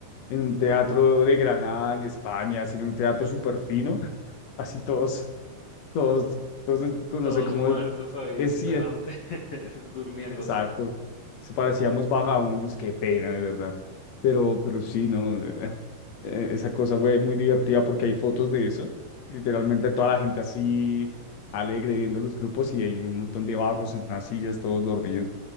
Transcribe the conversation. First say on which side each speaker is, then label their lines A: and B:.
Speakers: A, on the left (about 60°); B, on the left (about 75°).
A: en un teatro de Granada, en España, así en un teatro súper fino, así todos, todos, todos, no
B: Todos
A: sé cómo
B: muertos
A: es,
B: ahí
A: es,
B: esperando, <laughs> durmiéndose.
A: Exacto. Se parecíamos vagabundos, qué pena, de verdad. Pero, pero sí, no. eh, eh, Esa cosa fue muy divertida porque hay fotos de eso. Literalmente toda la gente así alegre viendo los grupos y hay un montón de vagos en las sillas, todos dormidos.